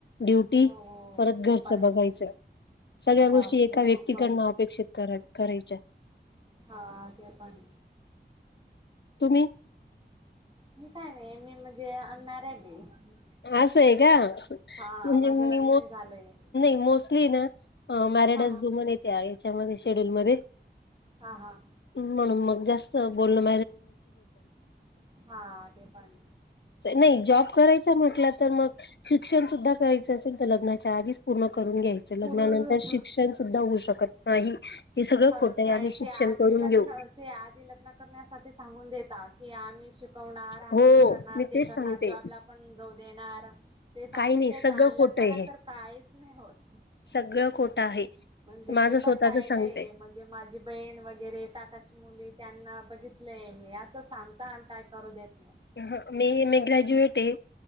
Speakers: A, on the left (about 70°); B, on the right (about 30°).
A: ड्युटी
B: हो हो
A: परत
B: ते
A: घरचं
B: पण
A: बघायचं.
B: आहे
A: सगळ्या गोष्टी
B: बापरे
A: एका व्यक्तीकडन
B: खूपच.
A: अपेक्षित करा करायच्या.
B: हा अ ते पण
A: तुम्ह?
B: मी काय नाही मेन म्हणजे अन मॅरिड आहे.
A: असं आहे का,
B: हा
A: म्हणजे
B: माझं
A: मी
B: लग्न नाही झालंय.
A: मोस्टली नाही मैरीडच
B: हा हा.
A: म्हणे त्या हेच्यामध्ये मध्ये
B: हा हा
A: म्हणून मग म जास्त बोलन
B: हा ते पण. आहे.
A: नाही जाॅब करायचा म्हटलं तर मग शिक्षण सुध्दा करायच असेल तर लग्नाच्या आधीच पूर्ण कर. करुन घ्यायच लग्नानंतर
B: पुरळ
A: शिक्षण सुद्धा होऊ शकत नाही. हे सगळं
B: खरच
A: खोटं आहे
B: नाही
A: आम्ही शिक्षण
B: ते आधी
A: करून
B: लग्न
A: घेऊ
B: ते आधी लग्न करण्यासाठी सांगून देतात की आम्ही शिकवणार आम्ही
A: हो
B: हे करणार,
A: मी
B: ते
A: तेच
B: करणार,
A: सांगते
B: जॉबला पण जाऊ देणार. ते सांगून
A: काही नाही
B: देता
A: सगळं
B: आणि लग्नानंतर
A: खोटं आहे हे
B: काहीच नाही होत.
A: सगळं खोटं आहे
B: म्हणजे
A: माझं
B: मी
A: स्वतःच
B: पण पाहिलंय
A: सांगते.
B: म्हणजे माझी बहीण वगैरे काकाची मुली त्यांना बघितलंय मी असं सांगता आणि काय करू देत नाहीत..
A: ह मी मी ग्रॅज्युएट आहे.